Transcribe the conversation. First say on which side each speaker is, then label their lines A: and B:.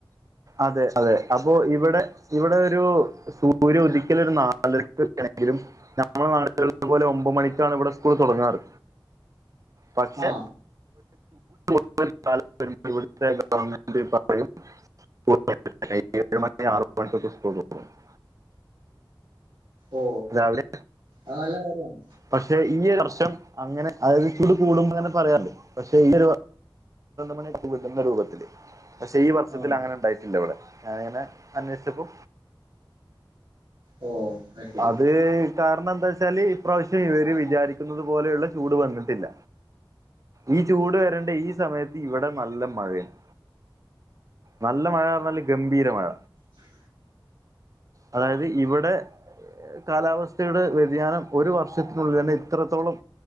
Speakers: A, on the right; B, on the right.
A: അതെ അതെ അപ്പോ ഇവിടെ ഇവിടെ ഒരു സൂര്യ ഉദിക്കല ഒരു നാലക്ക വണെങ്കിലും നമ്മുടെ നാട്ടില പോലെ ഒമ്പ മണിക്കാണ് ഇവിടെ സ്കൂൾ തുടങ്ങാറ് പക്ഷേ
B: ആ
A: <inaudible> <inaudible>
B: ഓ
A: തുറക്കും രാവിലെ
B: അത് നല്ല കാര്യമാണ്
A: പക്ഷെ ഈ ഒരു വർഷം അങ്ങനെ അതായത് ചൂട് കൂടുമ്പങ്ങനെ പറയാണ്ട് പക്ഷെ ഈരു മണിയവിർുന്ന രൂപത്തില് പക്ഷെ ഈ വർഷത്തിൽ
B: ആ
A: അങ്ങനെ ഉണ്ടായിട്ട് ഇല്ല ഇവിടെ അങ്ങനെ അന്വേഷിച്ചപ്പോ
B: ഓ ശരി
A: അത് കാരണം എന്താ വച്ചാല് ഇപ്രാവശ്യം ഇവര് വിചാരിക്കുന്നത് പോലെയുള്ള ചൂട് വന്നിട്ടില്ല ഈ ചൂട് വരേണ്ട ഈ സമയത്ത് ഇവിടെ നല്ല മഴയാണ് നല്ല മഴ പറഞ്ഞാല് ഗംഭീര മഴ
B: ഉം
A: അതായത് ഇവിടെ കാലാവസ്ഥയുടെ വ്യതിയാനം ഒരു വർഷത്തിനുള്ളിൽ തന്നെ ഇത്രത്തോളം